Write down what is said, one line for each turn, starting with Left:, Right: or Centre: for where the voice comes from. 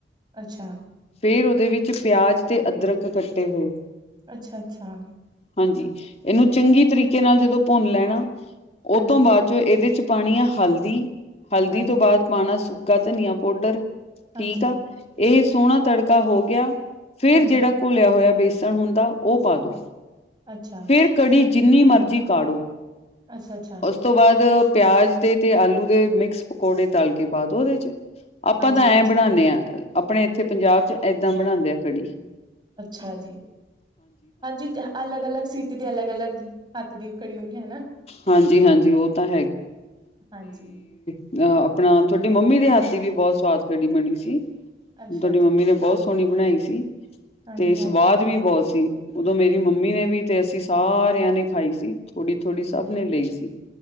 Right: ਅੱਛਾ।
Left: ਫੇਰ ਉਹਦੇ ਵਿੱਚ ਪਿਆਜ ਤੇ ਅਦਰਕ ਕੱਟੇ ਹੋਏ।
Right: ਅੱਛਾ ਅੱਛਾ।
Left: ਹਾਂਜੀ ਇਹਨੂੰ ਚੰਗੀ ਤਰੀਕੇ ਨਾਲ ਜਦੋਂ ਭੁੰਨ ਲੈਣਾ
Right: ਹਾਂਜੀ
Left: ਉਹ ਤੋਂ ਬਾਅਦ ਚੋਂ ਇਹਦੇ ਚ ਪਾਣੀ ਆ ਹਲਦੀ ਹਲਦੀ
Right: ਹਾਂਜੀ
Left: ਤੋਂ ਬਾਅਦ ਪਾਉਣਾ ਸੁੱਕ ਕਾ ਧਨੀਆ ਪਾਊਡਰ
Right: ਹਾਂਜੀ
Left: ਠੀਕ ਆ। ਇਸ ਸੋਹਣਾ ਤੜਕਾ ਹੋ ਗਿਆ। ਫੇਰ
Right: ਹਾਂਜੀ
Left: ਜਿਹੜਾ ਘੋਲਿਆ ਹੋਇਆ ਬ ਣ ਹੁੰਦਾ ਉਹ ਪਾ ਦੋ
Right: ਅੱਛਾ
Left: ਫਿਰ ਕੜੀ ਜਿੰਨੀ ਮਰਜ਼ੀ ਕਾਢੋ
Right: ਅੱਛਾ ਅੱਛਾ
Left: ਉਸ ਤੋਂ ਬਾਅਦ ਪਿਆਜ ਤੇ ਆਲੂ ਦੇ ਮਿਕਸ ਪਕੌੜੇ ਤਲ ਕੇ ਪਾ ਦ ਉਹਦੇ ਚ ਆਪਾਂ
Right: ਹਾਂਜੀ
Left: ਤਾਂ
Right: ਹਾਂਜੀ
Left: ਐਂ ਬਣਾਦੇ ਹਾਂ। ਆਪਣੇ ਇੱਥੇ ਪੰਜਾਬ ਚ ਇਦਾਂ ਬਣਾਉਂਦੇ ਆ ਕੜੀ।
Right: ਅੱਛਾ ਜੀ ਹਾਂਜੀ ਅਲੱਗ ਅਲੱਗ ਸੀਟੀ ਦੀ ਅਲੱਗ ਅਲੱਗ ਹੱਥ ਦੀ ਕੜੀ ਹੁੰਦੀ ਹਨਾ
Left: ਹਾਂਜੀ-ਹਾਂਜੀ ਉਹ ਤਾਂ
Right: ਹਾਂਜੀ।
Left: ਅਹ ਆਪਣਾ ਤੁਹਾਡੀ ਮੰਮੀ ਦੇ ਹੱਥ ਦੀ ਵੀ ਬਹੁਤ ਸਵਾਦ ਕੜੀ ਬਣੀ ਸੀ। ਤੁਹਾਡੀ
Right: ਅੱਛਾ
Left: ਮੰਮੀ
Right: ਜੀ
Left: ਨੇ ਬਹੁਤ ਸੋਹਣੀ ਬਣਾਈ ਸੀ।
Right: ਹਾਂਜੀ-ਹਾਂਜੀ।
Left: ਤੇ ਸਵਾਦ ਵੀ ਬਹੁਤ ਸੀ। ਉਦੋਂ ਮੇਰੀ ਮੰਮੀ ਨੇ ਵੀ ਤੇ ਅਸੀਂ ਸਾਰਿਆਂ ਨੇ ਖਾਈ ਸੀ। ਥੋੜ੍ਹੀ ਥੋੜੀ
Right: ਅੱਛਾ।
Left: ਸਭ ਨੇ ਲਈ ਸੀ,